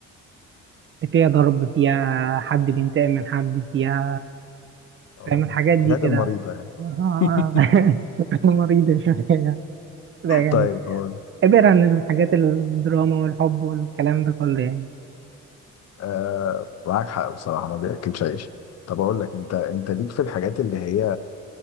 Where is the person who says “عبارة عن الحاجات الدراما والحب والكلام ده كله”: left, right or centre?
Right